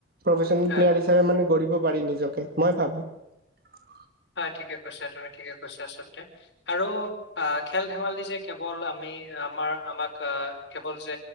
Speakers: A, on the right (about 55°); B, on the left (about 75°).
A: প্ৰফেচনেল
B: হয়
A: প্লেয়াৰ
B: হয়
A: হিচাপে মানে গঢ়িব পাৰি নিজকে মই ভাবো।
B: হয়, ঠিকে কৈছা তুমি ঠিকে কৈছা আচলতে আৰু আ, খেল ধেমালি যে কেৱল আমি আমাৰ আমাক কেৱল যে